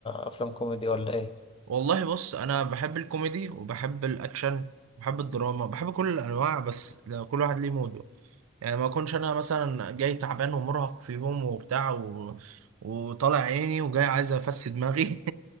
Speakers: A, on the left (about 25°); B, on the right (about 85°).
A: أفلام كوميدي ولا ايه؟
B: والله بص انا بحب الكوميدي وبحب الاكشن بحب الدراما بحب كل الانواع بس لو كل واحد ليه موده يعني ما اكونش انا مثلا جاي تعبان ومرهق في يوم وبتاع و... وطالع عيني وجاي عايز افس دماغي